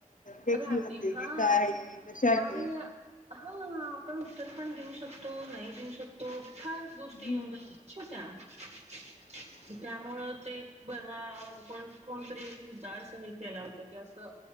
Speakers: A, on the left; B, on the right.
A: घेतली
B: राहते
A: होती
B: हा
A: काय आहे कशी आलीय.
B: आणि हा आपण उत्तर पण देऊ शकतो नाही देऊ शकतो फार गोष्टी
A: हम्म
B: येऊन जातात. <unintelligible>
A: <inaudible>
B: की त्यामुळं ते परवा अ कोण कोणतरी एक मुद्दा असं हे केला होत की असं